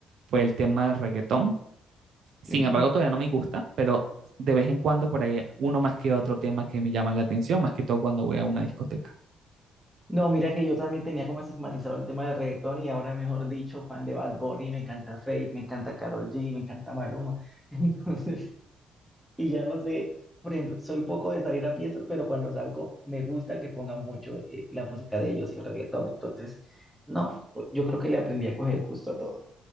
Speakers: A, on the right; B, in the centre.
A: fue el tema del reggaetón sin
B: sí.
A: embargo, todavía no me gusta, pero de vez en cuando por ahí uno más que otro tema que me llama la atención, más que todo cuando voy a una discoteca.
B: No, mira que yo también tenía como estigmatizado el tema del reggaetón y ahora, mejor dicho, fan de Bad Bunny, me encanta Fate, me encanta Karol G, me encanta Maluma. <laughs> Entonces, y ya no sé, por ejemplo, soy poco de salir a fiestas, pero cuando salgo me gusta que pongan mucho eh, la música de ellos y el reggaetón. Entonces, no, yo creo que le aprendí a coger gusto a todo